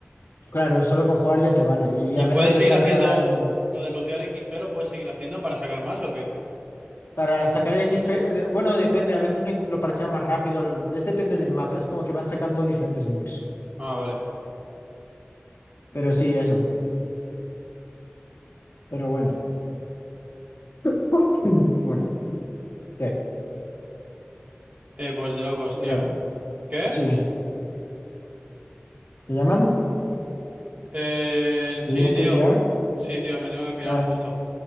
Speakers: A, on the left; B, on the right.
A: Claro, solo con jugar ya te vale. Y
B: ¿Y
A: a veces
B: puedes seguir
A: me
B: haciendo
A: regalan
B: lo de lootear XP? ¿Lo puedes seguir haciendo para sacar más o qué?
A: para sacar el XP, eh, de- bueno, depende, a veces lo, in- lo parchean más rápido, el- es depende del mapa, es como que van sacando diferentes bugs.
B: Ah, vale.
A: Pero sí, eso, pero bueno. <clears throat> <laughs> Bueno, ¿qué?
B: Eh, pues de locos,
A: Bueno,
B: tío. ¿Qué?
A: sí, ¿te llaman?
B: Eh,
A: ¿Te
B: sí,
A: tienes
B: tío.
A: que pirar?
B: Sí, tío, me tengo que pirar
A: Vale.
B: justo.